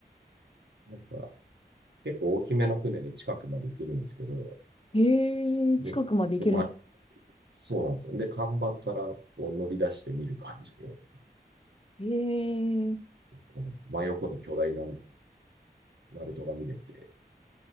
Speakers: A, on the right; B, on the left.
A: なんか、結構大きめの船で近くまで行けるんですけど、
B: へえ、
A: で、
B: 近くまで行けるんです
A: で、ま、そうなんですよ。で、看板からこう乗り出して見る感じで、
B: ね。へえ。
A: この真横の巨大な鳴門が見れて、